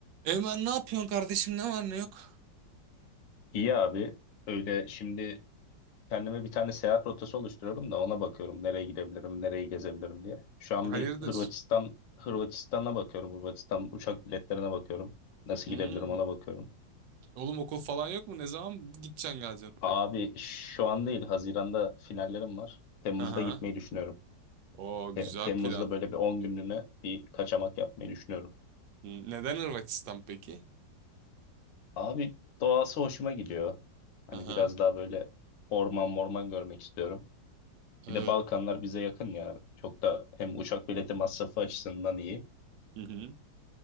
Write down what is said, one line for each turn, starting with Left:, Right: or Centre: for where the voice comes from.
Right: Eymen ne yapıyorsun kardeşim ne var ne yok?
Left: İyi abi. Öyle şimdi kendime bir tane seyahat rotası oluşturuyorum da ona bakıyorum nereye gidebilirim, nereyi gezebilirim diye. Şu an
Right: Hayırdır?
Left: bir Hırvatistan Hırvatistan'a bakıyorum. Hırvatistan uçak biletlerine bakıyorum. Nasıl
Right: Hmm.
Left: gidebilirim ona bakıyorum.
Right: Oğlum okul falan yok mu? Ne zaman gideceksin geleceksin
Left: Abi
Right: oraya?
Left: şu an değil, Haziran'da finallerim var. Temmuz'da
Right: Hı hı.
Left: gitmeyi düşünüyorum.
Right: Oo
Left: Te-
Right: güzel
Left: Temmuz'da
Right: plan.
Left: böyle bir 10 günlüğüne bir kaçamak yapmayı düşünüyorum.
Right: Hmm, Neden Hırvatistan peki?
Left: Abi doğası hoşuma gidiyor. Hani
Right: Hı hı.
Left: biraz daha böyle orman morman görmek istiyorum. Bir
Right: Evet.
Left: de Balkanlar bize yakın ya. Çok da hem uçak bileti masrafı açısından iyi
Right: Hı hı.